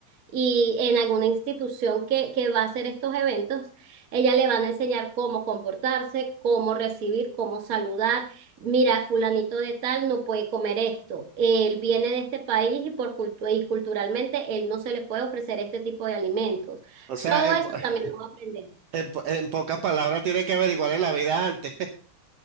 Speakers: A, on the right; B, on the right.
A: y en alguna institución que, que va a hacer estos eventos, ella le van a enseñar cómo comportarse, cómo recibir, cómo saludar, mira, fulanito de tal no puede comer esto, él viene de este país y, por cultu- y culturalmente él no se le puede ofrecer este tipo de alimentos.
B: O sea,
A: Todo
B: en,
A: eso
B: po-
A: también lo va a aprender.
B: <laughs> en, po- en pocas palabras tiene que averiguarle la vida antes. <laughs>